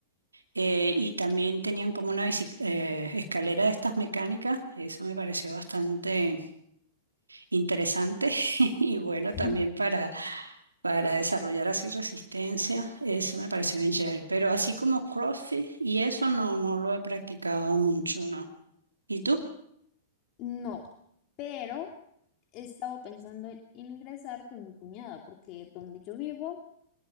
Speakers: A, on the right; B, on the left.
A: Eh, y también tenían como una bici- eh, escalera de estas mecánicas, eso me pareció bastante interesante <laughs> y bueno,
B: <laughs>
A: también para, para desarrollar así resistencia, eso me pareció bien chévere, pero así como CrossFit y eso no, no lo he practicado mucho, ¿no? ¿Y tú?
B: No, pero he estado pensando en, en ingresar con mi cuñada, porque donde yo vivo,